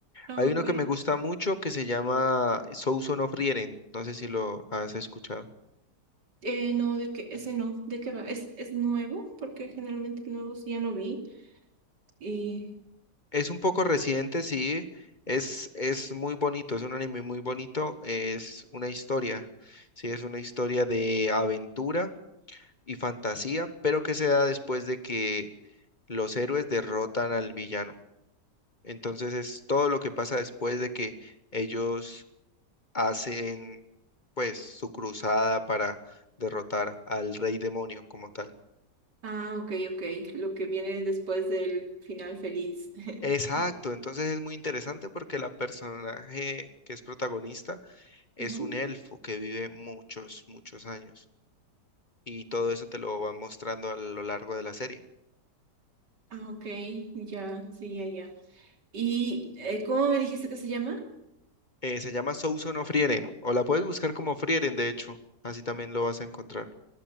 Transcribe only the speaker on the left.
Hay uno
que me gusta mucho que se llama Souls of Frieren. No sé si lo has escuchado.
Es un poco reciente, sí. Es, es muy bonito, es un anime muy bonito. Es una historia, sí, es una historia de aventura y fantasía, pero que se da después de que los héroes derrotan al villano. Entonces es todo lo que pasa después de que ellos hacen, pues, su cruzada para derrotar al rey demonio como tal.
Exacto, entonces es muy interesante porque la personaje que es protagonista Es
un elfo que vive muchos, muchos años. Y todo eso te lo va mostrando a lo largo de la serie.
Eh, se llama Souson of Frieren. O la puedes buscar como Frieren, de hecho. Así también lo vas a encontrar.